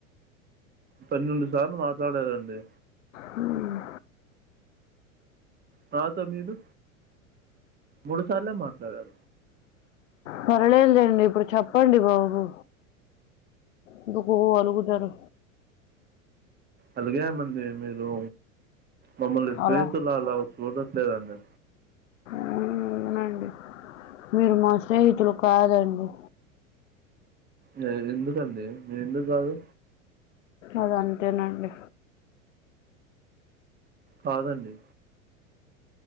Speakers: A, on the right (about 25°); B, on the left (about 65°).
A: పన్నెండు సార్లు మాట్లాడారండి
B: హ్మ్
A: తరువాత మీరు మూడు సాలె మాట్లాడవు
B: పర్లేదులేండి ఇప్పుడు చెప్పండి బాబు ఎందుకు అలుగుతారు
A: అలాగేమండి మీరు మమ్మల్ని స్నేహితులు
B: అలా
A: అలా చూడట్లేదండి
B: అవునండి మీరు మా స్నేహితులు కాదండి
A: గదే ఎందుకండి ఎందుకు కాదు
B: అది అంతేనండి
A: కాదండి